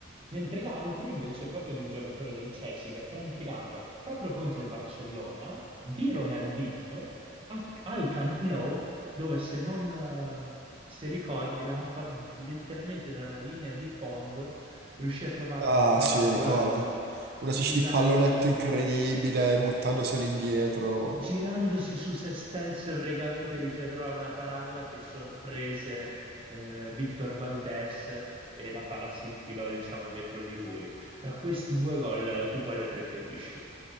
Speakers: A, on the right; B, on the right.
A: mentre l'altro invece è proprio di un giocatore del Chelsea che è Frankie Lampard, proprio contro il Barcellona, di Ronaldinho, a- al Camp Nou, dove se non, ehm, se ricordi, Lampard letteralmente dalla linea di fondo riuscì a trovare
B: Ah,
A: una parabola
B: sì, ricordo. Una
A: girandosi
B: specie di pallonetto incredibile buttandosi all'indietro.
A: girandosi su se stesso e praticamente riuscì a trovare una parabola che sorprese eh, Victor Valdés e la palla si infilò, diciamo, dietro di lui. Tra questi due gol, tu quale preferisci?